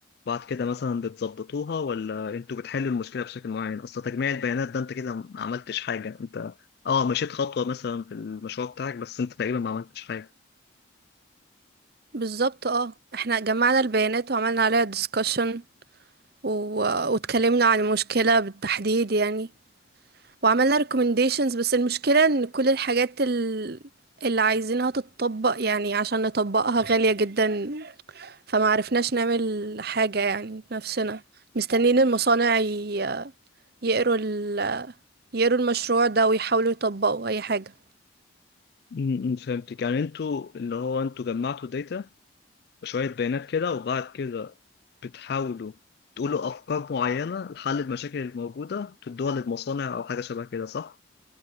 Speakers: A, on the left; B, on the right.
A: بعد كده مثلا بتظبطوها ولا انتوا بتحلوا المشكله بشكل معين اصل تجميع البيانات ده انت كده ما عملتش حاجه انت اه مشيت خطوه مثلا في المشروع بتاعك بس انت تقريبا ما عملتش حاجه
B: بالظبط اه احنا جمعنا البيانات وعملنا عليها discussion و... واتكلمنا عن المشكلة بالتحديد يعني وعملنا recommendations بس المشكلة ان كل الحاجات ال... اللي عايزينها تتطبق يعني عشان نطبقها غالية جدا فما عرفناش نعمل حاجة يعني بنفسنا مستنيين المصانع ي- يقروا ال... يقروا المشروع ده ويحاولوا يطبقوا أي حاجة
A: امم فهمتك يعني انتوا اللي هو انتوا جمعتوا داتا وشويه بيانات كده وبعد كده بتحاولوا تقولوا افكار معينه لحل المشاكل الموجوده تدوها للمصانع او حاجه شبه كده صح